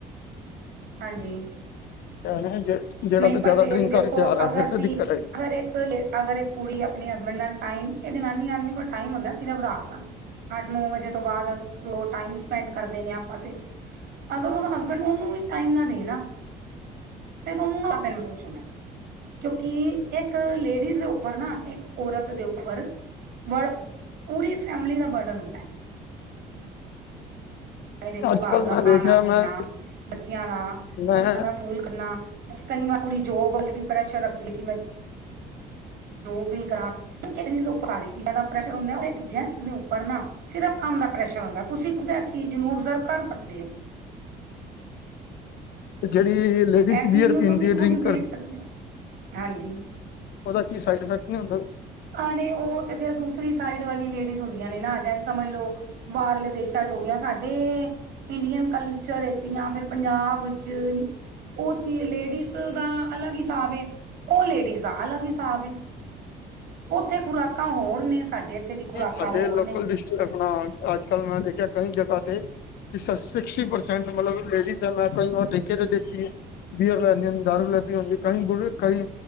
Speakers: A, on the right; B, on the left.
A: ਹਾਂਜੀ।
B: ਅ ਜਿਹੜਾ
A: ਨਹੀਂ
B: ਤਾਂ ਜ਼ਿਆਦਾ
A: ਪਰ ਫੇਰ
B: ਡਰਿੰਕ
A: ਵੀ ਦੇਖੋ
B: ਕਰਕੇ ਆ ਰਿਹਾ
A: ਅਗਰ
B: ਫੇਰ
A: ਅਸੀਂ
B: ਤਾਂ ਦਿੱਕਤ ਹੈਗੀ‌।
A: ਅਗਰ ਇੱਕ ਅਗਰ ਇਹ ਕੁੜੀ ਆਪਣੇ ਹਸਬੈਂਡ ਨਾਲ ਟਾਈਮ ਇਹ ਜਨਾਨੀ ਆਦਮੀ ਕੋਲ ਟੈਮ ਹੁੰਦਾ ਸਿਰਫ ਰਾਤ ਅੱਠ ਨੋ ਵਜੇ ਤੋਂ ਬਾਅਦ ਅਸ ਉਹ ਟਾਇਮ ਸਪੈਂਡ ਕਰਦੇ ਨੇ ਆਪਸ ਚ ਅਗਰ ਉਹਦਾ ਹਸਬੈਂਡ ਉਹਨੂੰ ਟਾਈਮ ਨਾ ਦੇ ਨਾ ਫਿਰ ਉਹਨੂੰ ਨਾ ਆਪੇ ਮਹਿਸੂਸ ਹੁੰਦਾ, ਕਿਉਂਕਿ ਇੱਕ ਲੇਡੀਜ਼ ਦੇ ਉੱਪਰ ਨਾ ਇੱਕ ਔਰਤ ਦੇ ਉੱਪਰ ਬੜਾ ਪੂਰੀ ਫੈਮਿਲੀ ਦਾ ਬਰਡਨ ਹੁੰਦਾ ਐ। ਦੇਖੋ
B: ਅੱਜ
A: ਘਰ
B: ਕੱਲ
A: ਦਾ
B: ਮੈਂ
A: ਖਾਣਾ
B: ਦੇਖਿਆ
A: ਪੀਣਾ
B: ਮੈਂ
A: ਬੱਚਿਆਂ ਦਾ
B: ਮੈਂ
A: ਬੱਚਿਆਂ ਦਾ ਸਕੂਲ ਕਰਨਾ। ਕਈ ਵਾਰ ਕੁੜੀ ਜੋਬ ਵੱਲ ਵੀ ਪ੍ਰੈਸ਼ਰ ਰੱਖਦੀ ਏ ਕਿ ਮੈਂ ਜੋਬ ਵੀ ਕਰਾਂ। ਚਾਰੀ ਚੀਜ਼ਾਂ ਦਾ ਪ੍ਰੈਸ਼ਰ ਹੁੰਦਾ ਉਹ ਜੈਟਸ ਦੇ ਉੱਪਰ ਨਾ ਸਿਰਫ਼ ਕੰਮ ਦਾ ਪ੍ਰੈਸ਼ਰ ਹੁੰਦਾ ਐ। ਤੁਸੀਂ ਖੁਦ ਐ ਚੀਜ਼ ਨੂੰ ਓਬਜ਼ਰਵ ਕਰ ਸਕਦੇ ਓ।
B: ਤੇ ਜਿਹੜੀ ਲੇਡੀਜ਼
A: ਇਹ ਚੀਜ਼
B: ਬੀਅਰ
A: ਨੂੰ
B: ਪੀਂਦੀ
A: ਤੁਸੀਂ
B: ਏ
A: ਖੁਦ
B: ਡਰਿੰਕ
A: ਦੇਖ
B: ਕਰ
A: ਸਕਦੇ ਹੋ ਹਾਂਜੀ
B: ਉਹਦਾ ਕੀ ਸਾਈਡ ਇਫੈਕਟ ਨੀ ਹੁੰਦਾ ਕ
A: ਆ ਰੇ ਉਹ ਤੇ ਫੇਰ ਦੂਸਰੀ ਸਾਈਡ ਵਾਲੀ ਲੇਡੀਜ਼ ਹੁੰਦੀਆਂ ਨੇ ਨਾ ਜਾ ਇਝ ਸਮਝ ਲੋ ਬਾਹਰਲੇ ਦੇਸਾਂ ਜੋ ਹੋਗਿਆਂ ਸਾਡੇ ਇੰਡੀਅਨ ਕਲਚਰ ਇਹ ਚੀਆ ਫਿਰ ਪੰਜਾਬ ਵਿੱਚ ਉਹ ਚੀ ਲੇਡੀਜ਼ ਦਾ ਅਲੱਗ ਹਿਸਾਬ ਏ। ਉਹ ਲੇਡੀਜ਼ ਦਾ ਅਲੱਗ ਹਿਸਾਬ ਏ, ਉੱਥੇ ਖੁਰਾਕਾਂ ਹੋਰ ਨੇ। ਸਾਡੇ ਇੱਥੇ ਦੀ ਖੁਰਾਕਾਂ
B: ਸਾਡੇ
A: ਹੋਰ
B: ਲੋਕਲ
A: ਨੇ।
B: ਡਿਸਟ੍ਰਿਕ ਆਪਣਾ ਅੱਜਕੱਲ੍ਹ ਮੈਂ ਦੇਖਿਆ ਕਈ ਜਗ੍ਹਾ ਤੇ ਕਿ ਸਿਕਸਟੀ ਪਰਸੈਂਟ ਮਤਲਬ ਲੇਡੀਜ਼ ਐ ਮੈਂ ਕਈ ਵਾਰ ਠੇਕੇ ਤਾਂ ਦੇਖੀ ਐ ਬੀਅਰ ਲੈਦੀ ਦਾਰੂ ਲੈਦੀ ਕਈ ਗੁੜ ਕਈ